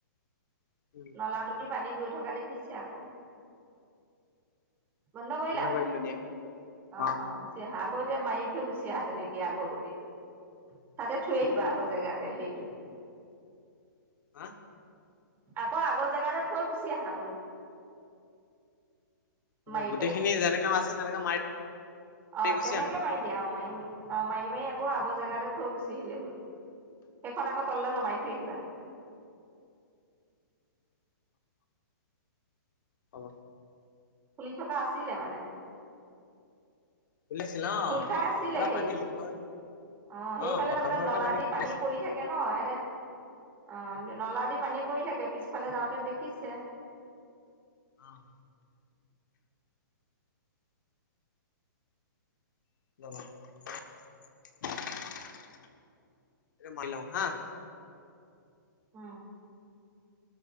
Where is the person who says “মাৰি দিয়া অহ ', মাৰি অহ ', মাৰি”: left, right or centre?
Right